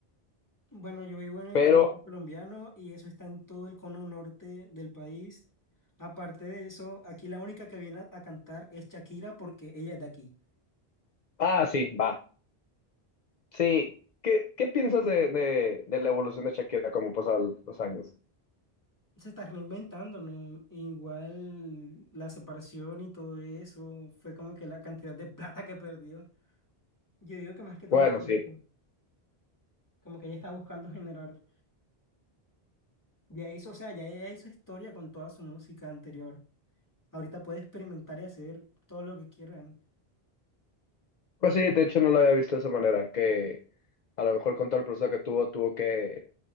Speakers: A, on the left; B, on the left.
A: Bueno, yo vivo en el
B: Pero,
A: Caribe colombiano y eso está en todo el cono norte del país. Aparte de eso, aquí la única que viene a, a cantar es Shakira porque ella es de aquí.
B: ah, sí, va, sí. ¿Qué, qué piensas de, de, de la evolución de Shakira como pasan los años?
A: Se está reinventando, ¿no? Igual la separación y todo eso fue como que la cantidad de plata que perdió. Yo digo que más que todo
B: Bueno,
A: fue
B: sí.
A: eso, como que ella está buscando generar. Ya hizo, o sea, ya ella hizo historia con toda su música anterior. Ahorita puede experimentar y hacer todo lo que quiera.
B: Pues sí, de hecho no lo había visto de esa manera, que a lo mejor con todo el proceso que tuvo, tuvo que